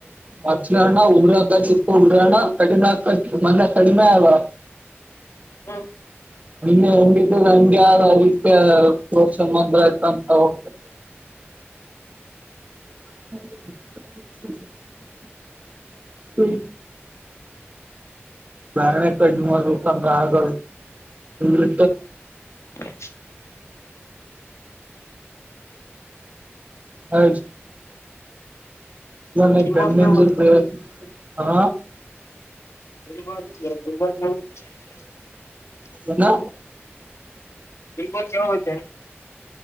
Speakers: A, on the right; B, on the left.
A: ಮತ್ತ್ಳ ಅಣ್ಣ ಉಂಗ್ರ ಹಕ ಚಿಕ್ಕ ಉಗ್ರ ಅಣ್ಣ ಕಡಿನ ಹಕ ಮೊನ್ನೆ ಕಡಿಮೆವಾ
B: ಹ್ಮ
A: ನಿನ್ನ ಹೆಂಗಿದ್ದ ಹೆಂಗಗೆ ಯಾರ ಅದಕ್ಕೆ ಪ್ರೋತ್ಸಂದ್ರ ಆಯತಂತ ಹೋಗ್ತದೆ <inaudible> <inaudible> ಹ್ಮ್ ನಾನ ಕ ಇನ್ನವಕ ರ
B: <inaudible>
A: ಆ ಮೆ ಬೆಮಂಟನ್
B: ಗುಲ್ಬರ್ಗ ಹೋಗ್ಬೇಕು
A: ಹಾ
B: <unintelligible>
A: ಏನು
B: ಬಲ್ಬೋ ಕೆವ ಬತ್ತ